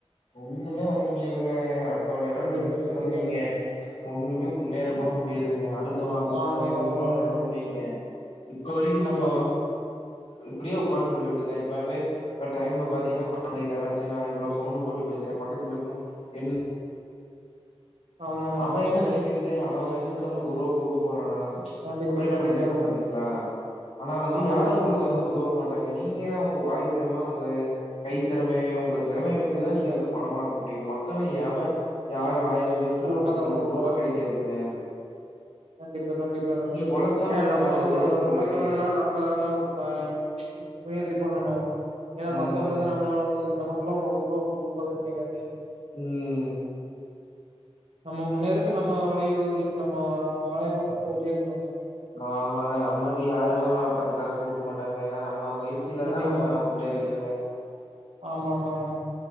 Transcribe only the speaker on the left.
ஒண்ணுமே பண்ண முடியாதுங்க அடுத்தவனேல்ல
நெனைச்சிட்டு இருந்தோ
வைங்க ஒண்ணுமே முன்னேற கூட முடியாதுங்க அடுத்தவ அத சொல்லுவா
இத சொல்லுவான்னு
நெனைச்சோம் வைங்க இப்ப வரிக்கு நம்ம
இப்டியே உக்காண்டருக்க வேண்டியதா இப்பவே இப்ப டைமு பாத்தீங்கன்னா பன்னென்டே காலாச்சு நா இவ்ளோ சவுண்ட் போட் டு பேசுற பக்கத்தல இருக்கவங்க என்ன
அவன் என்ன
நெனக்கிறது
அவன் வந்து நம்மளுக்கு ஒருவா குடுக்க போறானா
அப்டி நம்ம
நெனைப்போ பாத்தீங்ளா ஆனா வந்து
யாரு
உங்களுக்கு வந்து உதவ மாட் டாங்க நீங்க உங்க வாய் திறம உங்க கை திறமைய உங்க திறமைய வச்சுதா
நீங்க வந்து
பணமா க்கமுடியு மத்தவன் எவன் யார ஆயிரோ பேசுனாலு
உங்களுக்கு
ஒருவா கெடைக்காதுங்க
நீங்க ஒழைச்சா
உங்களுக்கானது
உங்களுக்கு
கெடைக்கு
ம்
ம்
ஆமாங்க நம்மளுக்கு யாருமே ஒரு பத்து காசு குடுக்க மாட்டாங்க ஏனா நம்ம முய ற்சில
தா நம்ம முன்னேறிக்குணுங்க